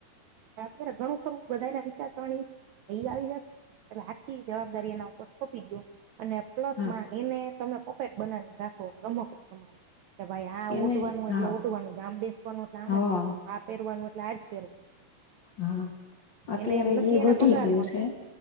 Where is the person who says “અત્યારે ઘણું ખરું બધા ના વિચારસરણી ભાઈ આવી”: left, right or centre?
Right